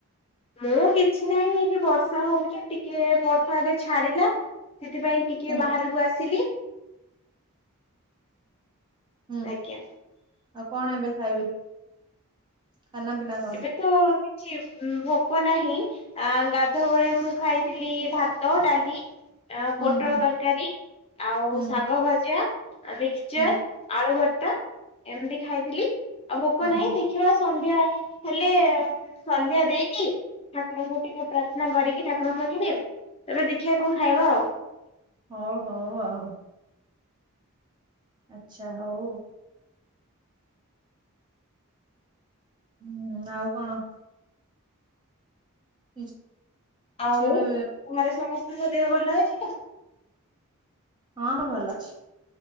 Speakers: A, on the left; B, on the right.
A: ମୁଁ କିଛି ନାହିଁ ଏଠି ବର୍ଷା ହଉଛି ଟିକେ ବର୍ଷା ଏବେ ଛାଡ଼ିଲା ସେଥିପାଇଁ ଟିକେ
B: ହୁଁ
A: ବାହାରକୁ ଆସିଲି।
B: ହୁଁ
A: ଆଜ୍ଞା
B: ଆଉ କଣ ଏବେ ଖାଇବେ ଖାନା ପିନା କଣ?
A: ଏବେ ତ କିଛି ଭୋକ ନାହିଁ ଆ ଗାଧୁଆ ବଳେ ମୁଁ ଖାଇଥିଲି ଭାତ ଡାଲି ଆ
B: ହୁଁ
A: ପୋଟଳ
B: ହୁଁ
A: ତରକାରୀ ଆଉ
B: ହୁଁ
A: ଶାଗ ଭଜା। ଆ ମିକ୍ସଚର
B: ହୁଁ
A: ଆଳୁ ଭର୍ତା ଏମିତି ଖାଇଥିଲି ଆଉ ଭୋକ
B: ହୁଁ
A: ନାଇ
B: ହୁଁ
A: ଦେ ଖୀିବା ସନ୍ଧ୍ୟା। ହେଲେ ସନ୍ଧ୍ୟାଦେଇକି ଠାକୁରଙ୍କୁ ଟିକିଏ ପ୍ରାର୍ଥନା କରିକି ଠାକୁରଙ୍କ ପାଖରେ ଏବେ ଦେଖିଆ କଣ ଖାଇବା ଆଉ।
B: ହଉ ହଉ ଆଉ। ଆଚ୍ଛା ହଉ। ଉୁଁ ଆଉ କଣ? <unintelligible>
A: ଆଉ
B: ଗୋଟେ
A: ଘରେ ସମସ୍ତଙ୍କ ଦେହ ଭଲ ଅଛିନା।
B: ହଁ ହଁ ଭଲଅଛି